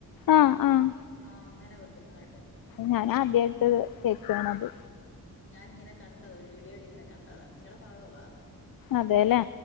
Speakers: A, on the left; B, on the left.
A: ആഹ് ആഹ്
B: ആഹ് അങ്ങനെ വെക്കുന്നതായിട്ട്
A: ഞാന് ആദ്യായിട്ട് കേക്കാണത്
B: ഞാനിങ്ങനെ കണ്ടതാ ഒരു വീഡിയോലിങ്ങനെ കണ്ടതാ നിങ്ങടെ ഭഗവാ
A: അതേല്ലേ?